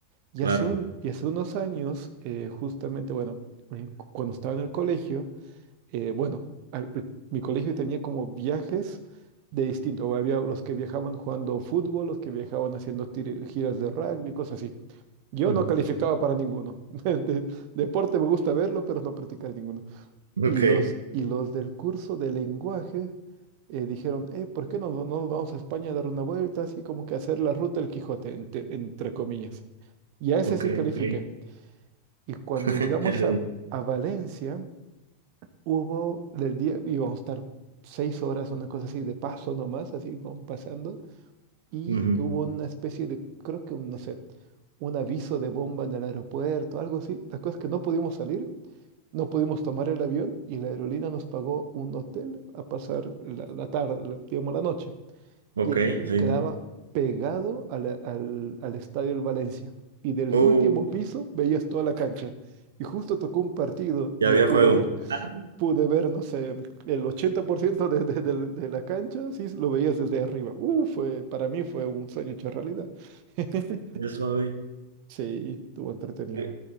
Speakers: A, on the right; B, on the right.
A: Y
B: Claro.
A: hace un, y hace unos años, eh, justamente, bueno, eh, cu- cuando estaba en el colegio, eh, bueno, a- eh, mi colegio tenía como viajes de distinto. Había los que viajaban jugando fútbol, los que viajaban haciendo tir- giras de rugby, cosas así. Yo
B: <laughs>
A: no calificaba para ninguno. <laughs> De- deporte me gusta verlo, pero no practicar ninguno.
B: Ok,
A: Y los, y los del curso de lenguaje eh, dijeron, eh, ¿por qué no, no no nos vamos a España a dar una vuelta? Así como que hacer la ruta del Quijote, ente- entre comillas. Y a ese
B: ok,
A: sí califiqué.
B: ok.
A: Y cuando
B: <laughs>
A: llegamos a, a Valencia, hubo del día, íbamos a estar seis horas, una cosa así, de paso nomás, así como pasando y
B: Ujú.
A: hubo una especie de, creo que, un, no sé, un aviso de bomba en el aeropuerto, algo así. La cosa es que no pudimos salir, no pudimos tomar el avión y la aerolínea nos pagó un hotel a pasar la, la tarde, la- digamos la noche.
B: Ok,
A: Y el hotel
B: sí,
A: quedaba
B: sí.
A: pegado a la- al, al estadio del Valencia. Y del
B: Uh,
A: último piso veías toda la cancha. Y justo tocó un partido
B: ya
A: y
B: había
A: yo pude
B: juego.
A: ver
B: Ah,
A: pude ver, no sé, el 80% de, de, de- de la cancha, sí, lo veías desde arriba. Uh, fue, para mí fue un sueño hecho realidad. <laughs>
B: qué suave.
A: Sí, estuvo entretenido.
B: Eh,